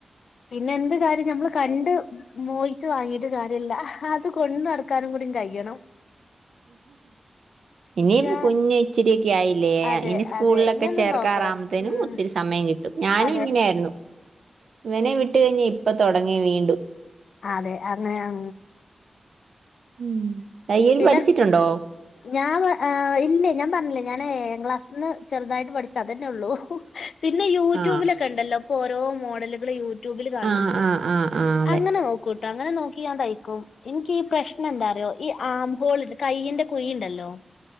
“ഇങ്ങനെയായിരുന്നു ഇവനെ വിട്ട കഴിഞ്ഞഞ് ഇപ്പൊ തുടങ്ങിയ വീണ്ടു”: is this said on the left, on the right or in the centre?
Right